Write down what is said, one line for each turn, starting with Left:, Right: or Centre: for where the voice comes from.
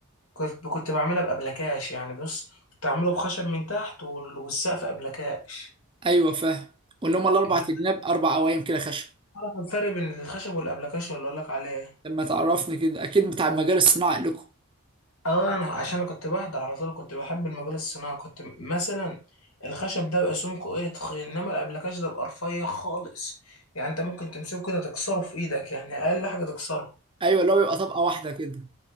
Left: كنت كنت بعملها بأبلكاش يعني بص كنت اعمله بخشب من تحت وال- والسقف أبلكاش
Right: ايوه فاهم واللي هم الاربع
Left: انت
Right: جناب اربع قوايم كده خشب
Left: أعرف الفرق بين الخشب والأبلكاشن اللي أقول لك عليه
Right: لما تعرفني كده اكيد بتاع المجال الصناعي لكم
Left: أه أنا عشان أنا كنت بحضر على طول كنت بحب المجال الصناعي كنت م- مثلا الخشب ده بيبقى سمكه إيه تخين إنما الأبلكاش ده بيبقى رفيع خالص يعني أنت ممكن تمسكه كده تكسره في إيدك يعني أقل حاجة تكسره
Right: ايوه اللي هو بيبقى طبقه واحده كده